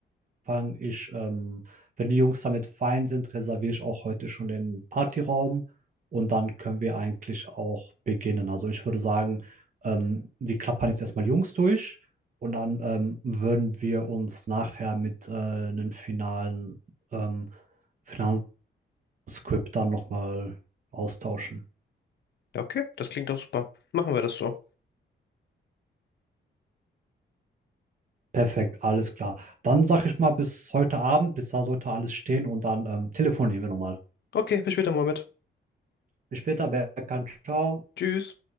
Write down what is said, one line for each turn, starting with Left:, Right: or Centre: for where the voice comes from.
Right: fange ich, ähm, wenn die Jungs damit fein sind, reserviere ich auch heute schon den Partyraum und dann können wir eigentlich auch beginnen. Also ich würde sagen, ähm, wir klappern jetzt erstmal Jungs durch und dann ähm, würden wir uns nachher mit äh, einem finalen, ähm, finalen Skript dann nochmal austauschen.
Left: Ja, okay, das klingt doch super. Machen wir das so.
Right: Perfekt, alles klar. Dann sage ich mal bis heute Abend, bis da sollte alles stehen und dann ähm, telefonieren wir nochmal.
Left: Okay, bis später, Mohammed.
Right: Bis später, Berkan, ciao.
Left: Tschüss.